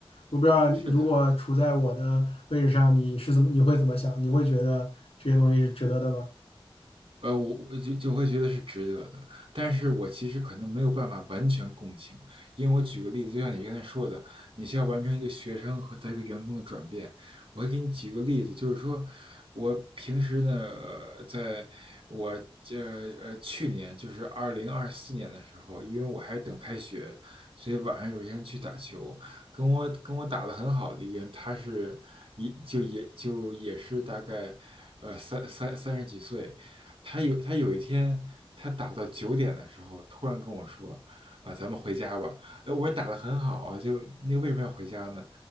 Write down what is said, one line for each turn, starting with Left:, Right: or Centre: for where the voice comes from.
Left: 我不知道，
Right: 是的，
Left: 如果处在我的位置上，你是怎么，你会怎么想？你会觉得这些东西是值得的吗？
Right: 呃，我我就就会觉得是值得的，但是我其实可能没有办法完全共情，因为我举个例子，就像你刚才说的，你需要完成一个学生和他一个员工的转变。我会给你举个例子，就是说我平时呢，呃在我这呃去年就是二零二四年的时候，因为我还等开学，所以晚上有一天去打球，跟我跟我打得很好的一个人，他是一就也就也是大概呃三三三十几岁。他有他有一天，他打到九点的时候，突然跟我说：“啊、咱们回家吧。”哎，我说打的很好啊，就那为什么要回家呢？